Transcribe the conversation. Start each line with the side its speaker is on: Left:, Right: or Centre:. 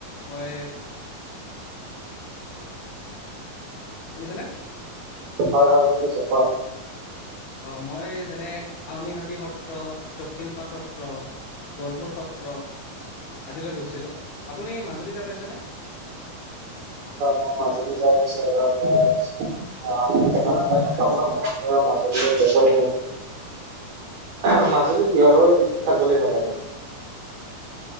Left: মই শুনিছানে?
Right: হয় হয় শুনিছে কওঁক।
Left: অ', মই যেনে আউনিহাতী সত্ৰ, দক্ষিণপাট সত্ৰ গঁড়মূৰ সত্ৰ আদিলৈ গৈছিলো। আপুনি মাজুলী যাই পাইছেনে?
Right: অ', মাজুলী যাই পাইছোঁ আৰু ধৰা মই <unintelligible>
Left: <inaudible>
Right: <unintelligible> মাজুলী
Left: অ
Right: কিহৰ বাবে বিখ্যাত বুলি ভাবা তুমি?